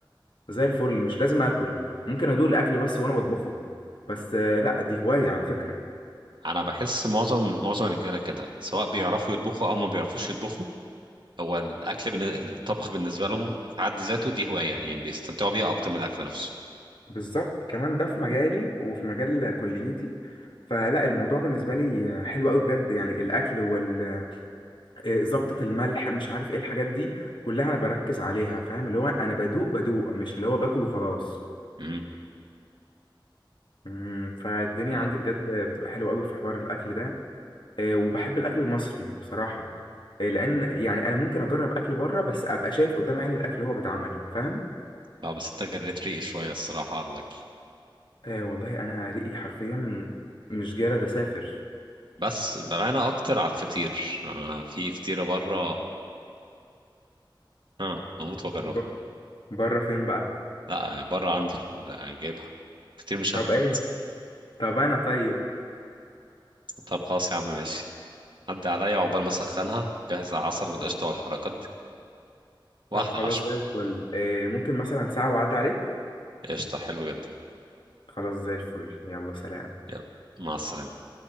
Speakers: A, on the left; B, on the right.
A: زي الفل مش لازم اكل ممكن ادوق الاكل بس وانا بطبخه بس آه، لا دي هوايه على فكره
B: انا بحس معظم معظم الرجاله كده سواء بيعرفوا يطبخوا او ما بيعرفوش يطبخوا هو الاكل بالن- الطبخ بالنسبه لهم في حد ذاته دي هوايه يعني بيستمتعوا بيها اكتر من الاكل نفسه
A: بالظبط كمان ده في مجالي وفي مجال كليتي فلا الموضوع بالنسبة لي حلو قوي بجد يعني الأكل وال آه، ظبطة الملح مش عارف ايه الحاجات دي كلها أنا بركز عليها فاهم اللي هو أنا بدوق بدوق مش اللي هو باكل وخلاص
B: امم
A: مم، فالدنيا
B: اه
A: عندي بجد بتبقى حلوة قوي في حوار الأكل ده آه، وبحب الأكل المصري بصراحة آه، لأن يعني أنا ممكن أجرب أكل بره بس أبقى شايف قدام عيني الأكل اللي هو بيتعمل فاهم
B: آه، بس انت جريت ريقي شويه الصراحه على الاكل
A: آه والله أنا ريقي حرفيا مش جارد أسافر
B: بس بمعنى اكتر على الفطير انا في فطيره بره اه اموت واجربها
A: ب- بره فين بقى
B: لا بره عندي في ال- جايبها فطير مشلتت
A: طب ايه طب انا طيب
B: طب خلاص يا عم ماشي عدى عليا عقبال ما اسخنها جهز العسل والقشطة والحركات دي واحلى
A: طب خلاص
B: عشاء
A: زي الفل إيه ممكن مثلا ساعة وعد عليك
B: قشطة حلو جدا
A: خلاص زي الفل يلا سلام
B: يلا مع السلامة